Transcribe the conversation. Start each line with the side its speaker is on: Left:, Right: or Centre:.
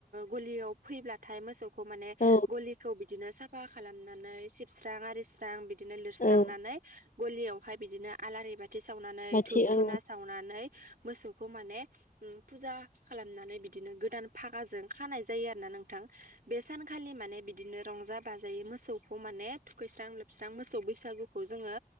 Right: गलियाव फैब्लाथाय मोसौ माने
Left: औ
Right: गलिखौ बिदिनो साफानानै सिबस्रां आरि्रां बि बिदिनो लिरस्रांनानै
Left: औ
Right: गलियावहाय बिदिनो आलारि बाथि सावनानै
Left: माथि
Right: धुब धुना
Left: औ
Right: साव नानै मोसौखौ माने फुजा खालामनानै बिदिनो गोदान फागाजों खानाय जायो आरो ना नोंथां बे सानखालि माने बिदिनो रंजा बाजायै मोसौखौ माने थुखैस्रां लोबस्रां मोसौ बैसागु जोङो